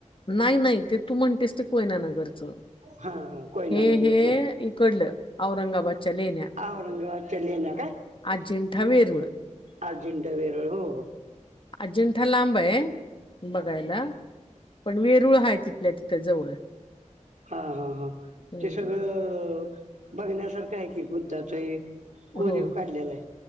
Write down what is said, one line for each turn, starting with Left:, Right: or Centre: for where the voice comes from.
Left: नाही नाही ते तू म्हणतेस ते कोयना नगरचं
Right: हा हा कोयना
Left: हे
Right: नगरच
Left: हे इकडलं औरंगाबादच्या लेण्या
Right: औरंगाबादच्या लेण्या काय
Left: अजिंठा, वेरूळ
Right: अजिंठा, वेरळ हो
Left: अजिंठा लांब आहे बघायला पण वेरूळ हाय तिथल्या तिथ जवळ
Right: हा हा हा
Left: हम्म
Right: ते सगळं अ बघण्यासारखं आहे की बुद्धाचय. कोरीव
Left: हो
Right: काढलेलाय